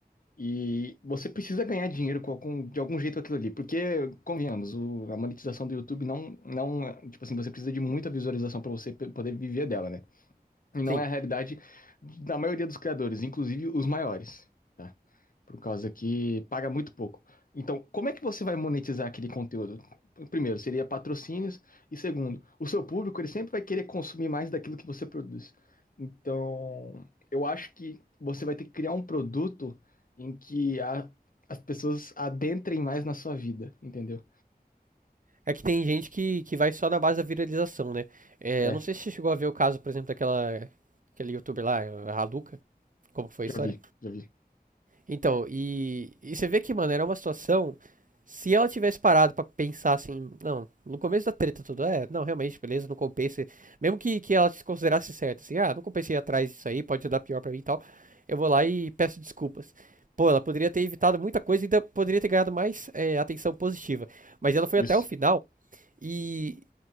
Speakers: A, on the left; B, on the right.
A: E você precisa ganhar dinheiro com algum- de algum jeito com aquilo ali. Porque, convenhamos, o- a monetização do YouTube não, não. Tipo assim, você precisa de muita visualização para você pe- poder viver dela, né? E não
B: Sim.
A: é a realidade da maioria dos criadores, inclusive os maiores, tá? Por causa que paga muito pouco. Então, como é que você vai monetizar aquele conteúdo? Primeiro, seria patrocínios. E segundo, o seu público, ele sempre vai querer consumir mais daquilo que você produz. Então, eu acho que você vai ter que criar um produto em que a- as pessoas adentrem mais na sua vida, entendeu?
B: É que tem gente que, que vai só na base da viralização, né? É,
A: É,
B: eu não sei se você chegou a ver o caso, por exemplo, daquela aquele youtuber lá, a Luca, como que foi
A: já
B: a história?
A: vi, já vi.
B: Então, e, e você vê que, mano, era uma situação. Se ela tivesse parado pra pensar assim, não, no começo da treta tudo, é, não, realmente, beleza, não compensa. Mesmo que, que ela se considerasse certa, assim, ah, não compensei atrás disso aí, pode dar pior pra mim e tal, eu vou lá e peço desculpas. Pô, ela poderia ter evitado muita coisa e ainda poderia ter ganhado mais é, atenção positiva. Mas ela foi
A: Isso.
B: até o final e